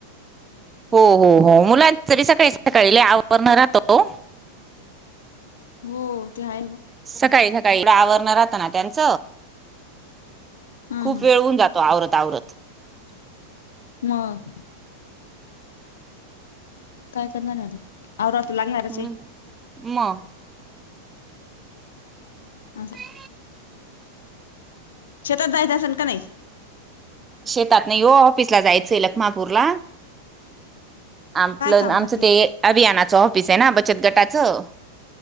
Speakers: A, on the right (about 20°); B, on the left (about 70°).
A: हो, हो, हो मुलांच बी सकाळी, सकाळी लय आवरण राहतो हो.
B: हो ते आहे.
A: सकाळी, सकाळी आवरण राहतं ना त्यांच.
B: हा
A: खूप
B: हा.
A: वेळ होन जातो आवरत आवरत
B: मग काय करणार आता आवराव तर लागणारच
A: हम्म
B: आहे.
A: म
B: असं
A: ह
B: शेतात जायच असल का नाही?
A: शेतात नाही हो ऑफिस ला जायचंय लखमापूरला. आपलं
B: काय काम
A: आमचं
B: बाकी?
A: ते अभियानाचं ऑफिस आहे ना बचत गटाचं.